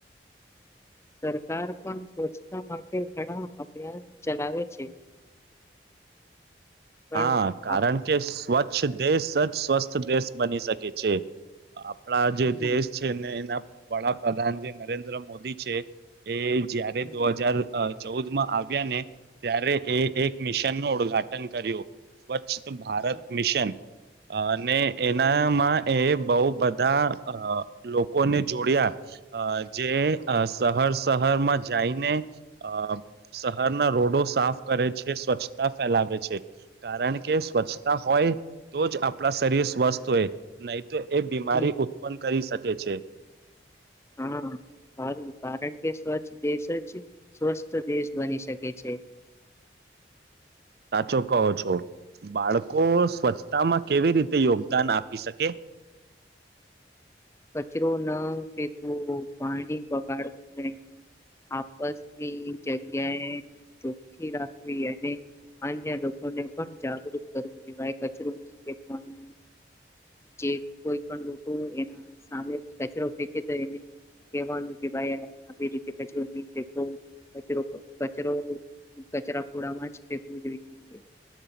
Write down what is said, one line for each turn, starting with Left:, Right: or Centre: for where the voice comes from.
Left: સરકાર પણ સ્વચ્છતા માટે ઘણા અભિયાન ચલાવે છે. પણ
Right: હા કારણ
Left: આપ
Right: કે સ્વચ્છ દેશ સચ સ્વસ્થ દેશ બની શકે છે. આપણા જે
Left: હમ
Right: દેશ છે ને એના વડાપ્રધાન જે નરેન્દ્ર મોદી છે એ જયારે
Left: હમ
Right: દો હજાર અ ચૌદ માં આવ્યા ને ત્યારે એ એક મિશન નું ઉદઘાટન કર્યો સ્વચ્છ ભારત
Left: હમ
Right: મિશન હા. અને એનામાં
Left: હમ
Right: એ બઉ બધા અ લોકોને જોડયા જે શહર શહરમાં જઈને અ શહરના રોડો સાફ કરે છે સ્વચ્છતા ફેલાવે છે. કારણ કે સ્વચ્છતા હોય તો જ આપણા શરીર સ્વસ્થ હોય ન એ બીમારી
Left: હમ
Right: ઉત્પન્ન કરી શકે. કે છે.
Left: હા સારું કારણ કે સ્વ દેશ જ સ્વસ્થ દેશ બની શકે. છે <inaudible>
Right: સાચો કહો છો, બાળકો સ્વચ્છતામાં કેવી રીતે યોગદાન આપી શકે?
Left: કચરો ન ફેકવો પાણી વગાડવું નહી, આપસની જગ્યાએ ચોખ્ખી રાખવી અને અન્ય લોકોને પણ જાગૃત કરવું કવાય કચરો ન ફેકવાનું જે કોઈ પણ લોકો એના સામે કચરો ફેંકે તો એને કવાનું કે ભાઈ આવી રીતે કચરો નહી, ફેકો કચરો કચરો કચરા ખોડામાં જ ફેંકવું જોઈ